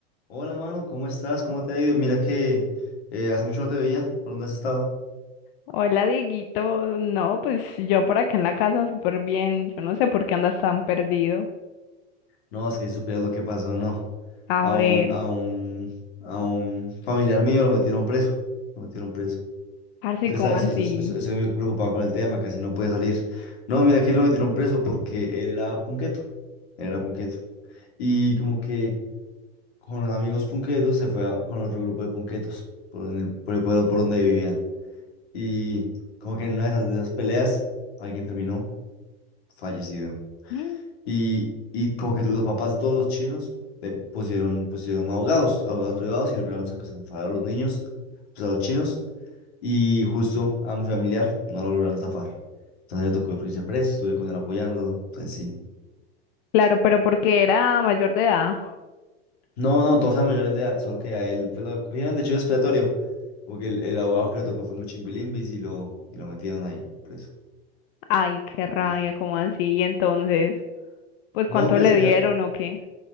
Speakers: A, on the left (about 75°); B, on the left (about 55°).
A: Hola, mano, ¿cómo estás? ¿Cómo te ha ido? Mira que eh, hace mucho no te veía. ¿Por dónde has estado?
B: Hola, Dieguito. No, pues yo por acá en la casa súper bien. Yo no sé por qué andas tan perdido.
A: No, es que si supieras lo que pasó, no.
B: A
A: A un,
B: ver,
A: a un, a un familiar mío lo metieron preso. Lo metieron preso.
B: así
A: Entonces,
B: como así.
A: eso- eso- eso- eso- estoy muy preocupado con el tema, casi no puede salir. No, mira que lo metieron preso porque él era punqueto. Él era punqueto. Y como que con los amigos punquetos se fue a- con otro grupo de punquetos por, en el- por el pueblo por donde vivían. Y como que en una de esas, de esas peleas alguien terminó. fallecido.
B: Mm.
A: Y, y como que los papás de todos los chinos eh, pusieron, pusieron abogados, abogados privados y lograron sac- zafar a los niños, pues a los chinos. Y justo a mi familiar no lo lograron zafar. Entonces le tocó irse preso, estuve con él apoyando. Entonces sí.
B: Claro, pero porque era mayor de edad.
A: No, no, todos eran mayores de edad, solo que a él pues, lo cogieron de chivo expiatorio. Porque el, el abogado que le tocó fue muy chimbilimbis y lo, y lo metieron ahí preso.
B: Ay, qué rabia,
A: Y-
B: como así. Y entonces, pues
A: No,
B: ¿cuánto
A: pues
B: le
A: mira,
B: dieron o qué?